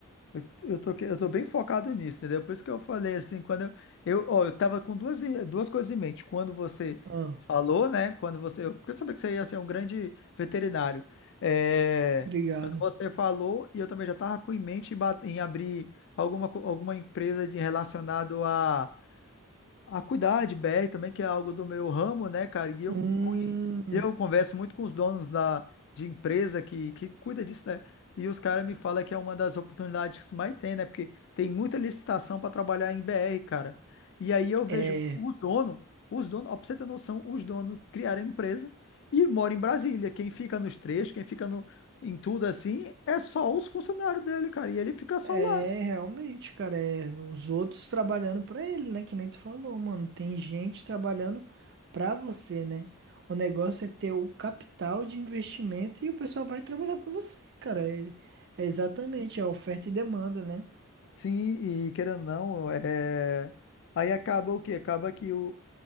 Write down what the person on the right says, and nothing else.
Ah,
obrigado.
Hum,
é.
É,
realmente, cara, é os outros trabalhando pra ele, né? Que nem tu falou, mano. Tem gente trabalhando pra você, né? O negócio é ter o capital de investimento e o pessoal vai trabalhar pra você, cara. É, é exatamente, é oferta e demanda, né?